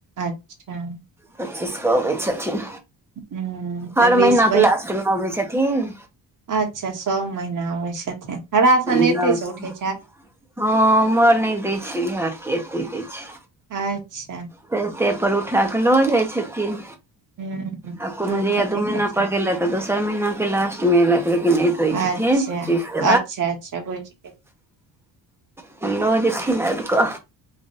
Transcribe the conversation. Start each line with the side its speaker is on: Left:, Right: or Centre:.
Right: अच्छा
Centre: पच्चीस कऽ अबै छथिन,
Right: ह तऽ
Centre: हर
Right: बीस
Centre: महिना क लास्ट मे अबै छथिन।
Right: अच्छऽ सब महिना आबै छै छथिन हरा सन
Centre: बिहार
Right: एते
Centre: से
Right: उठै
Centre: हँ ओम्हर नहि दैय छैय, बिहार के एत्तै दैय छैय।
Right: अच्छा
Centre: पेन्टें पर उठाकऽ लऽ जाय छथिन्ह,
Right: ह
Centre: आ कोनो
Right: तहन
Centre: जहिया
Right: तऽ ठीके
Centre: दू महिना
Right: छै
Centre: पर गेलथि। तऽ दोसर महना के लास्ट मे एलथि लेकिन अय दैय
Right: अच्छा
Centre: छथिन्ह <unintelligible>
Right: अच्छा अच्छा बुझि गेल
Centre: अपन लऽ जेथिन्ह आबि कऽ,